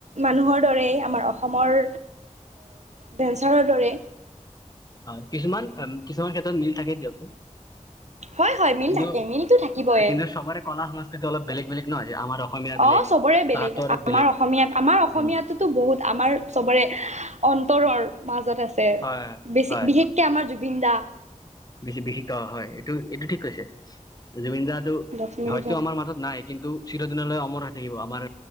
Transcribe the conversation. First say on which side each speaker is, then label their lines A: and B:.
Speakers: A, on the right (about 65°); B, on the left (about 30°).
A: মানুহৰ দৰে আমাৰ অসমৰ ডেন্সাৰৰ দৰে
B: হয় কিছুমান কিছুমান ক্ষেত্ৰত মিল থাকেই দিয়কচোন
A: হয় হয় মিল
B: কিন্তু
A: থাকে মিলটো থাকিবই
B: কিন্তু চবৰে কলা সংস্কৃতি অলপ বেলেগ বেলেগ নহয় আমাৰ অসমীয়া
A: অ
B: বেলেগ
A: চবৰে বেলেগ
B: তাহাঁতৰ
A: আমাৰ
B: বেলেগ
A: অসমীয়া আমাৰ অসমীয়াটোতো
B: উম
A: বহুত আমাৰ চবৰে অন্তৰৰ মাজত আছে
B: হয়
A: বেছি
B: হয়
A: বিশেষকে আমাৰ জুবিন দা
B: বেছি বিশেষকে হয় এইটো এইটো ঠিক কৈছে জুবিনদা
A: লক্ষ্মী
B: হয়তো আমাৰ মাজত নাই কিন্তু চিৰদিনলৈ অমৰ হৈ থাকিব আমাৰ